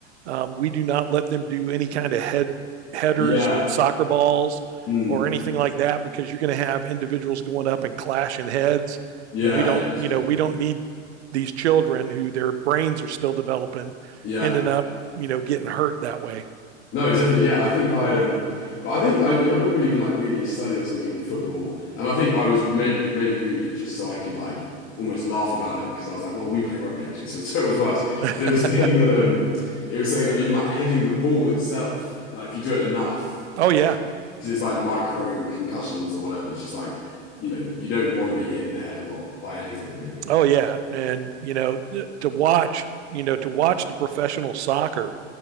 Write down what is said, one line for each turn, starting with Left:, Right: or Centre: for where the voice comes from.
Right: um, we do not let them do any kind of head headers
Left: yeah,
Right: with soccer balls
Left: mm,
Right: or anything like that because you're going to have individuals going up and clashing heads
Left: yeah,
Right: and we don't
Left: yeah,
Right: you
Left: true.
Right: know we don't need these children who their brains are still developing
Left: Yeah,
Right: ending up you know getting hurt that way
Left: No, definitely. Yeah, I think I um, but I think I, I remember even like reading a study or something on football, and I think I was maybe maybe reading it just so I could like almost laugh about it because I was like, well, we play rugby actually, so it's so much worse.
Right: <laughs>
Left: But it was <laughs> saying that um, it was saying that even like heading the ball itself, like if you do it enough,
Right: oh yeah
Left: because it's like micro concussions or whatever, it's just like you know you don't want to be hit in the head a lot by anything really.
Right: Oh yeah, and you know to watch, you know to watch the professional soccer